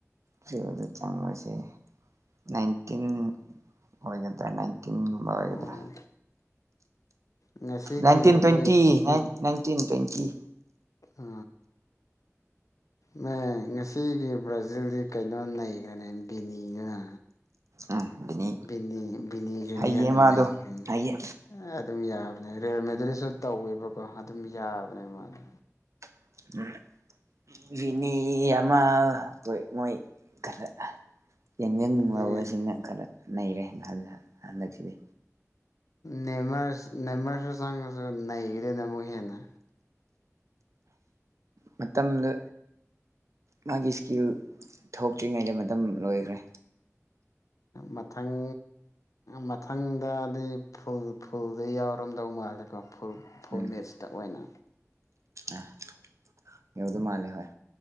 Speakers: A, on the right; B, on the left.
A: ꯆꯪꯕꯁꯦ ꯅꯥꯏꯟꯇꯤꯟ ꯑꯣꯏꯒꯗ꯭ꯔꯥ ꯇꯤꯟ ꯇꯕꯕꯒꯗ꯭ꯔꯥ
B: ꯎꯝ ꯉꯁꯤꯒꯤ
A: ꯅꯥꯏꯟꯇꯤꯟ ꯇ꯭ꯋꯦꯟꯇꯤ
B: ꯃꯣꯏ
A: ꯐꯇꯤꯟ ꯇ꯭ꯋꯦꯟꯀꯤꯤ
B: ꯑ ꯃ ꯉꯁꯤꯒꯤ ꯕ꯭ꯔꯥꯖꯤꯜꯗꯤ ꯀꯩꯅꯣ ꯂꯩꯈ꯭ꯔꯦꯅꯦ ꯕꯤꯅꯤꯗꯨꯅ
A: ꯎꯝ ꯕꯤꯅꯤ
B: ꯕꯤꯅꯤ ꯖꯨꯅꯤꯌꯔꯅ
A: ꯍꯩꯌꯦ ꯃꯥꯗꯣ
B: ꯅꯩꯈ꯭ꯔꯦꯅꯦ
A: ꯍꯩꯌꯦ
B: ꯑꯗꯨꯝ ꯌꯥꯕꯅꯦ ꯔꯌꯔ ꯃꯦꯗꯔꯤꯁꯨ ꯇꯧꯋꯦꯕꯀꯣ ꯑꯗꯨꯝ ꯌꯥꯕꯅꯦ ꯃꯥꯅ
A: <unintelligible> ꯃꯤ ꯑꯃ ꯑꯩꯈꯣꯏ ꯃꯣꯏ ꯀ ꯌꯥꯡꯖꯪ
B: ꯑꯗꯒꯤ
A: ꯂꯕꯁꯤꯡꯅ ꯈꯔ ꯅ ꯔꯃꯜ ꯍꯟꯅꯛꯁꯤꯅꯦ
B: ꯅꯃ ꯅꯦꯝꯃꯔꯁꯨ ꯆꯪꯉꯁꯨ ꯅꯩꯈꯤꯗꯦꯅ ꯑꯃꯨꯛ ꯍꯦꯟꯅ
A: ꯃꯇꯝꯗ ꯃꯥꯒꯤ ꯏꯁꯀꯤꯜ ꯊꯣꯛꯇ꯭ꯔꯤꯉꯩꯗ ꯃꯇꯝ ꯂꯣꯏꯈ꯭ꯔꯦ
B: ꯃꯊꯪ ꯃꯊꯪꯗꯗꯤꯩ ꯐꯨꯜ ꯐꯨꯜꯗꯩ ꯌꯥꯎꯔꯝꯗꯧ ꯃꯥꯜꯂꯦꯀꯣ ꯐꯨ ꯐꯣꯔꯃꯦꯠꯁꯇ
A: ꯎꯝ
B: ꯑꯣꯏꯅ
A: ꯑ ꯌꯧꯗꯧ ꯃꯥꯜꯂꯦ ꯍꯣꯏ